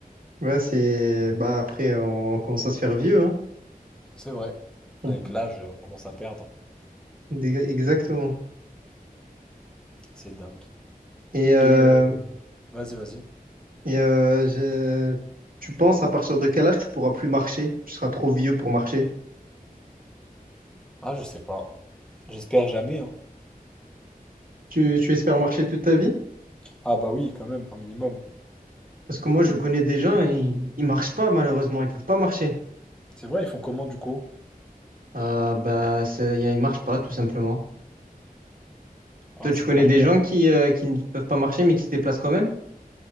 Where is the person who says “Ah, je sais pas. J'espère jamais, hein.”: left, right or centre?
Centre